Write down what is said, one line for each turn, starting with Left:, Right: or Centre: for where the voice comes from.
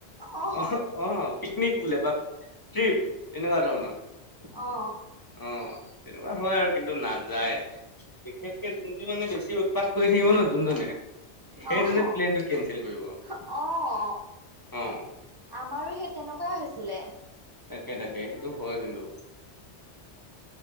Right: অ
Left: অহ অঁ পি পিকনিক বোলে বা ট্ৰিপ এনেকুৱা ধৰণৰ
Right: অ
Left: অঁ। কোৱা হয় আৰু কিন্তু নাযায়, বিশেষকে যোনটি মানে বেছি উৎপাত কৰি থাকিব ন যোনজনে সেইজনে
Right: অহ অহ।
Left: প্লেনটো কেনচেল কৰিব অ
Right: আমাৰো সেই তেনেকুৱাই হৈছিলে।
Left: তাকে তাকে সেইটো হয় কিন্তু।